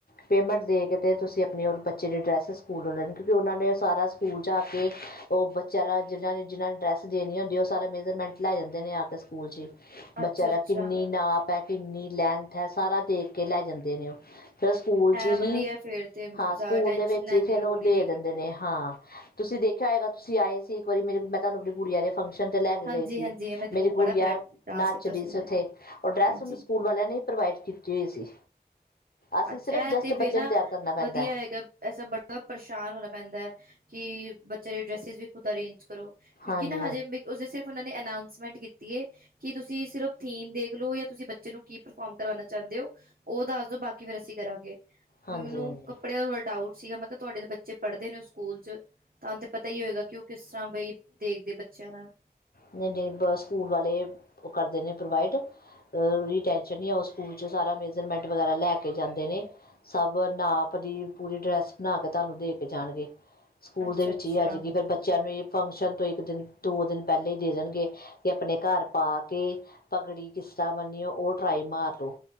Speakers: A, on the left; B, on the right.
A: ਪੇਮੈਂਟ ਦੇ ਕੇ ਅਤੇ ਤੁਸੀਂ ਆਪਣੇ ਉਹਰ ਬੱਚੇ ਦੀ ਡਰੈੱਸ ਸਕੂਲ ਨੂੰ ਲੈਣੀ। ਕਿਉਂਕਿ ਉਹਨਾਂ ਨੇ ਉਹ ਸਾਰਾ ਸਕੂਲ ਚ ਆ ਕੇ ਉਹ ਬੱਚਿਆਂ ਦਾ ਜਿਹਨ੍ਹਾਂ ਨੇ ਜਿਹਨ੍ਹਾਂ ਨੇ ਡਰੈੱਸ ਦੇਣੀ ਹੁੰਦੀ। ਉਹ ਸਾਰਾ ਮੇਜਰਮੈਂਟ ਲਿਆ ਜਾਂਦੇ ਨੇ ਆ ਕੇ ਸਕੂਲ ਚ ਹੀ। ਬੱਚਿਆਂ
B: ਅੱਛਾ ਅੱਛਾ
A: ਦਾ ਕਿੰਨੀ ਨਾ ਕਿੰਨੀ ਲੈਂਥ ਹੈ ਸਾਰਾ ਦੇਖ ਕੇ ਲੈ ਜਾਂਦੇ ਨੇ ਉਹ। ਸਕੂਲ
B: ਹੈ
A: ਚ ਹੀ
B: ਵਧੀਆ ਫੇਰ ਤੇ ਜ਼ਿਆਦਾ
A: ਹਾਂ ਸਕੂਲ
B: ਟੈਨਸ਼ਨ
A: ਦੇ ਵਿੱਚ
B: ਲੈਣ
A: ਹੀ
B: ਦੀ
A: ਫਿਰ
B: ਲੋੜ
A: ਉਹ ਦੇ
B: ਨਹੀਂ
A: ਦਿੰਦੇ
B: ਹੈਗੀ ਫਿਰ
A: ਨੇ ਹਾਂ। ਤੁਸੀਂ ਦੇਖਿਆ ਹੋਏਗਾ ਤੁਸੀਂ ਆਏ ਸੀ ਇੱਕ ਵਾਰੀ ਮੇਰੀ ਮੈਂ ਤੁਹਾਨੂੰ ਆਪਣੀ ਗੁੜੀਆ ਦੇ ਫੰਕਸ਼ਨ ਤੇ ਲੈ ਕੇ
B: ਹਾਂਜੀ
A: ਗਈ ਸੀ।
B: ਹਾਂਜੀ ਮੈਂ ਤੇ
A: ਮੇਰੀ
B: ਉਹ ਬੜਾ
A: ਗੁੜੀਆ
B: ਪਿਆਰਾ ਡਾਂਸ
A: ਨੱਚ
B: ਕੀਤਾ
A: ਰਹੀ ਸੀ
B: ਉਹਨੇ
A: ਉੱਥੇ। ਉਹ ਡਰੈਸ
B: ਹਾਂਜੀ
A: ਉਹਨੂੰ ਸਕੂਲ ਵਾਲਿਆਂ ਨੇ ਪ੍ਰੋਵਾਈਡ ਕੀਤੀ ਹੋਈ ਸੀ। ਅਸੀਂ
B: ਅੱਛਾ
A: ਸਿਰਫ
B: ਇਹ
A: ਜਸਟ
B: ਤੇ ਫਿਰ
A: ਬੱਚੇ
B: ਨਾ
A: ਨੂੰ ਤਿਆਰ ਕਰਨਾ ਪੈਂਦਾ
B: ਵਧੀਆ ਹੈਗਾ। ਐਸਾ ਬੜਾ ਪਰੇਸ਼ਾਨ ਹੋਣਾ ਪੈਂਦਾ ਐ। ਕਿ ਬੱਚਿਆਂ ਦੇ ਡਰੈਸਿਸ ਵੀ ਖੁਦ ਅਰੇਂਜ ਕਰੋ। ਕਿਉਂਕਿ
A: ਹਾਂਜੀ
B: ਨਾ
A: ਹਾਂਜੀ
B: ਹਜੇੇ ਸਿਰਫ ਉਹ ਨੇ ਅਨਾਊਂਸਮੈਂਟ ਕੀਤੀ ਕਿ ਤੁਸੀਂ ਸਿਰਫ ਥੀਮ ਦੇਖ ਲੋ ਜਾਂ ਤੁਸੀਂ ਬੱਚੇ ਨੂੰ ਕੀ ਪਰਫੋਰਮ ਕਰਾਉਣਾ ਚਾਹੁੰਦੇ ਹੋ? ਉਹ ਦੱਸ ਦੋ ਬਾ ਫਿਰ ਅਸੀਂ ਕਰਾਂਗੇ।
A: ਹਾਂਜੀ
B: ਮੈਨੂੰ
A: ਹਾਂਜੀ
B: ਕੱਪੜਿਆਂ ਦਾ ਡਾਊਟ ਸੀਗਾ ਮੈਂ ਕਿਹਾ ਤੁਹਾਡੇ ਬੱਚੇ ਪੜ੍ਹਦੇ ਨੇ ਉਸ ਸਕੂਲ ਚ ਤੁਹਾਨੂੰ ਤੇ ਪਤਾ ਹੀ ਹੋਏਗਾ। ਕਿਉ ਕਿਸ ਤਰ੍ਹਾਂ ਬਈ ਦੇਖਦੇ ਬੱਚਿਆਂ ਨਾਲ।
A: ਨਹੀਂ ਨਹੀਂ ਬਸ ਸਕੂਲ ਵਾਲੇ ਉਹ ਕਰਦੇ ਨੇ ਪ੍ਰੋਵਾਈਡ ਉਹਦੀ ਟੈਂਸ਼ਨ ਨਹੀਂ ਆ ਉਹ ਸਕੂਲ ਚ ਸਾਰਾ ਮੇਜਰਮੈਂਟ ਵਗੈਰਾ ਲੈ ਕੇ ਜਾਂਦੇ ਨੇ। ਸਭ ਨਾਪ ਦੀ ਪੂਰੀ ਡਰੈਸ ਬਣਾ ਕੇ ਤੁਹਾਨੂੰ ਦੇ ਕੇ ਜਾਣਗੇ। ਸਕੂਲ
B: ਅੱਛਾ
A: ਦੇ ਵਿੱਚ
B: ਅੱਛਾ
A: ਹੀ ਆ ਜਾਏਗੀ ਫੇਰ ਬੱਚਿਆਂ ਨੂੰ ਇਹ ਫੰਕਸ਼ਨ ਤੋਂ ਇੱਕ ਦਿਨ ਦੋ ਦਿਨ ਪਹਿਲੇ ਹੀ ਦੇ ਦੇਣਗੇ ਕਿ ਆਪਣੇ ਘਰ ਪਾ ਕੇ ਪਗੜੀ ਕਿਸ ਤਰ੍ਹਾਂ ਬੰਨੀਓ ਉਹ ਟਰਾਈ ਮਾਰ ਲਓ